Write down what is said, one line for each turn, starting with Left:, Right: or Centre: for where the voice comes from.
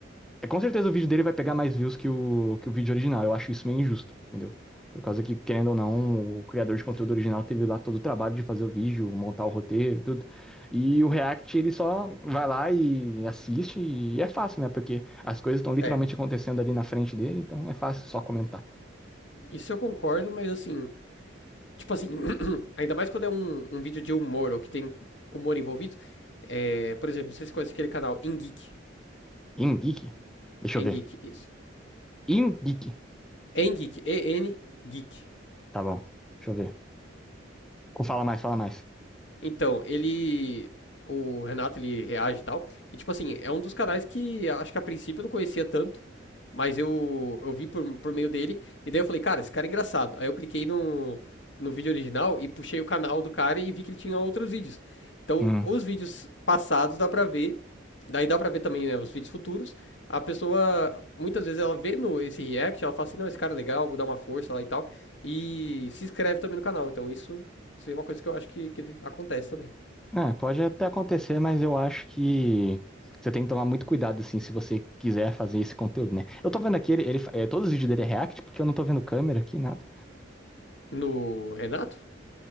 Centre: É, com certeza o vídeo dele vai pegar mais views que o, que o vídeo original. Eu acho isso meio injusto, entendeu? Por causa que, querendo ou não, o criador de conteúdo original teve lá todo o trabalho de fazer o vídeo, montar o roteiro, tudo. E o React, ele só vai lá e assiste e é fácil, né? Porque as coisas estão literalmente
Left: é.
Centre: acontecendo ali na frente dele, então é fácil só comentar.
Left: Isso eu concordo, mas assim, tipo assim, <clears throat> ainda mais quando é um, um vídeo de humor ou que tem humor envolvido, é, por exemplo, não sei se você conhece aquele canal, Engeek.
Centre: Ingeek? Deixa
Left: Engeek,
Centre: eu ver.
Left: isso.
Centre: Ingeek.
Left: Engeek, E-N Geek.
Centre: Tá bom. Deixa eu ver. Ou Fala mais, fala mais.
Left: Então, ele. O Renato ele reage e tal. E tipo assim, é um dos canais que acho que a princípio eu não conhecia tanto. Mas eu, eu vi por, por meio dele. E daí eu falei, cara, esse cara é engraçado. Aí eu cliquei no, no vídeo original e puxei o canal do cara e vi que ele tinha outros vídeos. Então,
Centre: Hum.
Left: os vídeos passados dá pra ver. Daí dá pra ver também, né, os vídeos futuros. A pessoa, muitas vezes, ela vê no, esse react, ela fala assim, não, esse cara é legal, vou dar uma força lá e tal. E se inscreve também no canal. Então, isso isso é uma coisa que eu acho que, que acontece também.
Centre: É, pode até acontecer, mas eu acho que você tem que tomar muito cuidado, assim, se você quiser fazer esse conteúdo, né? Eu tô vendo aqui, ele, ele fa- é, todos os vídeos dele é React, porque eu não tô vendo câmera aqui, nada.
Left: No Renato?